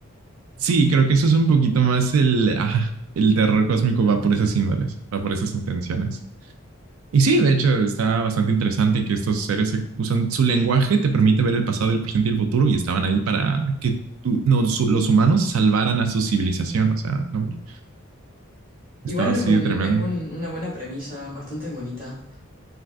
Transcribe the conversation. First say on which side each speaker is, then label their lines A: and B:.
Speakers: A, on the right; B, on the right.
A: Sí, creo que eso es un poquito más el, ah, el terror cósmico va por esas índoles, va por esas intenciones. Y sí, de hecho, está bastante interesante que estos seres usan su lenguaje, te permite ver el pasado, el presente y el futuro, y estaban ahí para que tú- nos- los humanos salvaran a su civilización. O sea, no, hombre,
B: Igual
A: estaba
B: es
A: así
B: un,
A: de tremendo.
B: es un- una buena premisa, bastante bonita.